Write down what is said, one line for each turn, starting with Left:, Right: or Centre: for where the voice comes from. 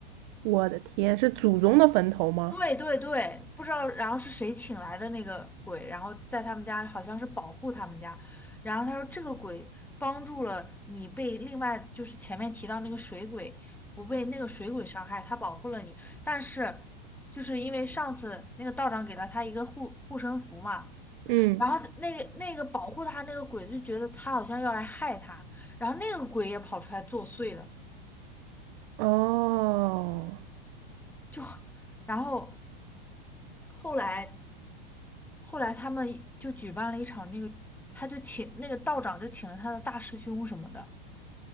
Right: 我的天，是祖宗的坟头吗？
Centre: 对对对，不知道，然后是谁请来的那个鬼，然后在他们家好像是保护他们家，然后他说这个鬼帮助了你被另外就是前面提到那个水鬼不被那个水鬼伤害，他保护了你，但是就是因为上次那个道长给了他一个护护身符嘛，
Right: 嗯
Centre: 然后那个那个保护他那个鬼就觉得他好像要来害他，然后那个鬼也跑出来作祟了，
Right: 哦，
Centre: 就然后后来。后来他们就举办了一场那个，他就请那个道长就请了他的大师兄什么的，